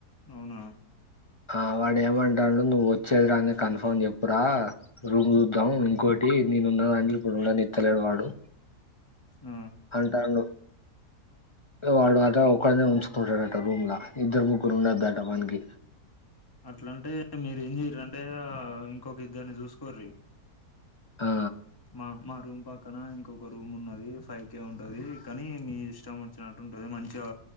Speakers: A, on the left; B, on the left.
A: అవునా
B: ఆ వాడేమంటాండు నువ్వో చేది రాంది కన్ఫామ్ చెప్పురా రూమ్ చూద్దాం ఇంకోట్ టి నేనున్నానని చెప్పి రూమ్ కానీ ఇత్తలేడు వాడు
A: ఆ
B: అంటాండు వాడు అట ఒకడనే ఉంచుకుంటాడట రూమ్ల ఇద్దరు ముగ్గురు ఉండద్దట వానికి.
A: అట్లంటే మీర ఈర్ అంటె ఆ ఇంకోగిద్దరిని చూస్కోర్రి
B: ఆ
A: మా మా రూమ్ పక్కన ఇంకొక రూమ్ ఉన్నది ఫైవ్ కె ఉంటది కానీ మీ ఇష్టం వచ్చినట్టు ఉంటది మంచ్ చ